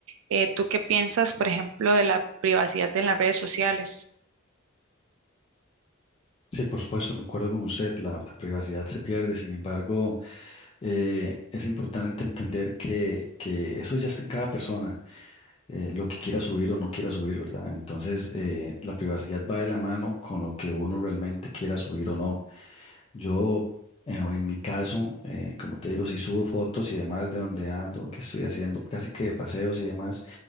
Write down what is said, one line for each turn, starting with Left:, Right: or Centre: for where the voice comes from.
Right: Eh, ¿tú qué piensas, por ejemplo, de la privacidad en las redes sociales?
Left: Sí, por supuesto, concuerdo con usted, la, la privacidad se pierde, sin embargo, eh, es importante entender que, que eso ya está en cada persona. eh, lo que quiera subir o no quiera subir, ¿verdad? Entonces, eh, la privacidad va de la mano con lo que uno realmente quiera subir o no. Yo, eh, en mi caso, eh, como te digo, si subo fotos y demás de donde ando, qué estoy haciendo, casi que de paseos y demás,